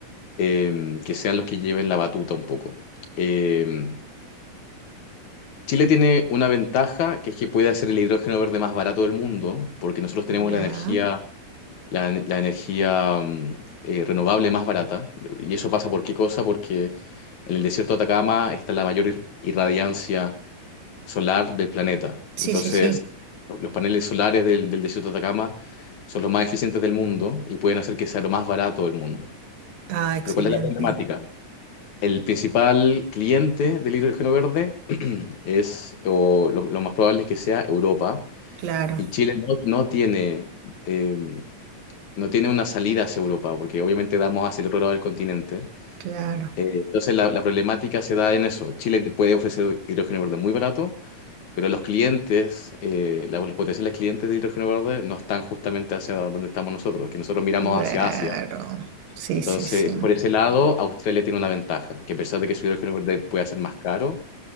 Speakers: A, on the left; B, on the right.
A: eh, que sean los que lleven la batuta un poco. Eh, Chile tiene una ventaja, que es que puede hacer el hidrógeno verde más barato del mundo, porque nosotros tenemos
B: ya.
A: la energía, la, la energía mm, eh, renovable más barata. ¿Y eso pasa por qué cosa? Porque en el desierto de Atacama está la mayor ir- irradiancia solar del planeta.
B: Sí,
A: Entonces,
B: sí, sí.
A: los paneles solares del, del desierto de Atacama son los más eficientes del mundo y pueden hacer que sea lo más barato del mundo.
B: Ah, excelente.
A: Pero ¿cuál es la problemática? El principal cliente del hidrógeno verde es, o lo, lo más probable es que sea Europa,
B: Claro,
A: y Chile no, no tiene, eh, no tiene una salida hacia Europa, porque obviamente damos hacia el otro lado del continente.
B: claro.
A: Eh, entonces la, la problemática se da en eso. Chile puede ofrecer hidrógeno verde muy barato, Pero los clientes, eh, la- los potenciales clientes de hidrógeno verde no están justamente hacia donde estamos nosotros, que nosotros miramos
B: Claro,
A: hacia Asia.
B: sí,
A: Entonces,
B: sí, sí.
A: por ese lado, Australia tiene una ventaja, que a pesar de que su hidrógeno verde puede ser más caro,